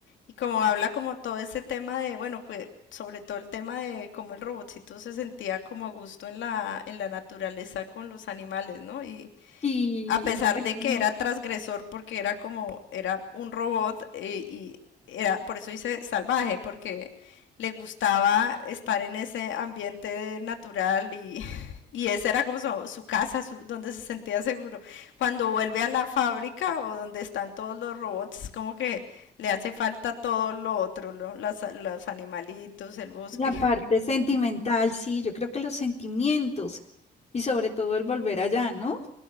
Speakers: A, on the left; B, on the left.
A: y como habla como todo ese tema de, bueno, cue- sobre todo el tema de cómo el robotcito se sentía como a gusto en la, en la naturaleza con los animales, ¿no? Y,
B: Sí,
A: a pesar
B: hermoso.
A: de que era transgresor porque era como, era un robot eh, y era, por eso dice salvaje, porque le gustaba estar en ese ambiente natural y, <laughs> y esa era como su, su casa, su, donde se sentía seguro. Cuando vuelve a la fábrica o donde están todos los robots, como que le hace falta todo lo otro, ¿no? Las- los animalitos, el bosque.
B: La
A: <laughs>
B: parte sentimental, sí, yo creo que los sentimientos y sobre todo el volver allá, ¿no?